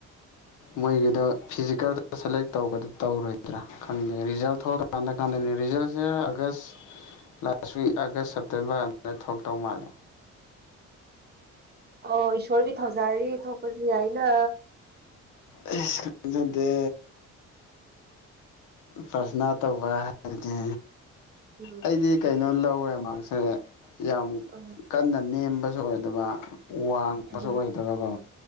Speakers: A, on the left (about 85°); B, on the right (about 35°).
A: ꯃꯣꯏꯒꯤꯗꯣ ꯐꯤꯖꯤꯀꯦꯜꯗ ꯁꯦꯂꯦꯛ ꯇꯧꯕꯒꯗ ꯇꯧꯔꯣꯏꯗ꯭ꯔꯥ ꯈꯪꯗꯦ ꯔꯤꯖꯜ ꯊꯣꯛꯂꯀꯥꯟꯗ ꯀꯥꯟꯗ ꯅꯩꯔꯖ August last week August September ꯑꯗꯨꯗ ꯊꯕꯛ ꯇꯧ ꯃꯥꯜꯂꯦ
B: ꯑꯣ ꯏꯁꯣꯔꯒꯤ ꯊꯧꯖꯥꯔꯤ ꯊꯣꯛꯄꯁꯨ ꯌꯥꯏꯅ
A: ꯈ ꯁꯗ ꯐꯁꯅ ꯇꯧ ꯋꯥꯔꯒ
B: ꯎꯝ
A: ꯑꯩꯗꯤ ꯀꯩꯅꯣ ꯂꯧꯋꯦ ꯃꯍꯥꯛꯁꯦ ꯌꯥꯝ
B: ꯎꯝ
A: ꯀꯟꯅ ꯅꯦꯝ ꯐꯁꯨ ꯑꯣꯏꯗꯕ ꯋꯥꯡꯕꯁꯨ
B: ꯎꯝ
A: ꯑꯣꯏꯗꯕꯀꯣ